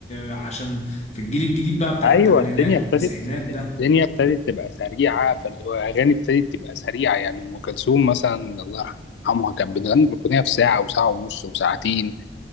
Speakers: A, on the left; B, on the left.
A: عشان في الجيل الجديد بقى بتاع
B: ايوه
A: التمانينات
B: الدنيا
A: والتسعينات
B: ابتدت
A: ده
B: الدنيا ابتدت تبقى سريعه فاللي هو اغاني ابتدت تبقى سريعه يعني ام كلثوم مثلا الله يرحمها كانت بتغني الاغنيه في ساعه وساعه ونص وساعتين